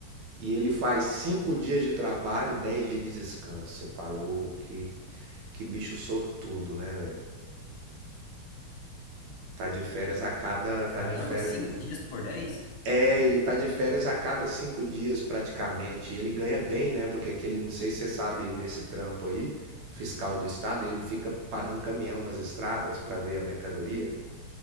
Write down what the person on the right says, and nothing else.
e ele faz cinco dias de trabalho e dez dias de descanso. Eu falo que, que bicho sortudo, né, velho? Tá de férias a cada. Tá
de férias.
É, ele tá de férias a cada cinco dias praticamente. E ele ganha bem, né? Porque aquele, não sei se você sabe desse trampo aí, fiscal do estado, ele fica parando caminhão nas estradas para ver a mercadoria.